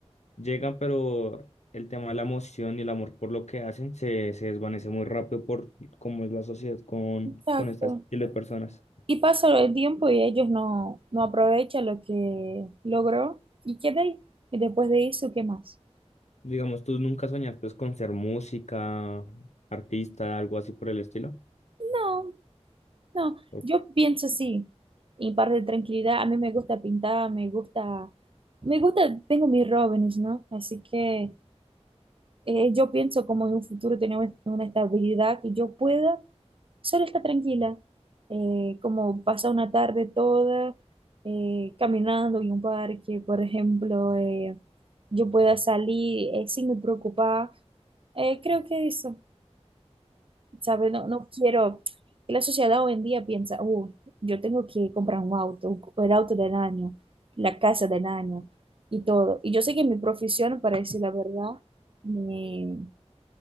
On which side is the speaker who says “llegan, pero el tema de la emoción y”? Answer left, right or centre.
Left